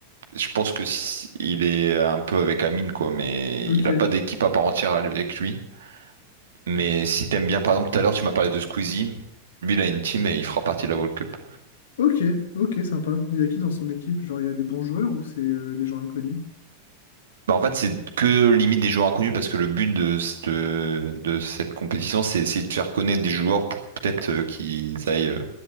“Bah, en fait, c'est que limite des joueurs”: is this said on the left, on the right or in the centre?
Right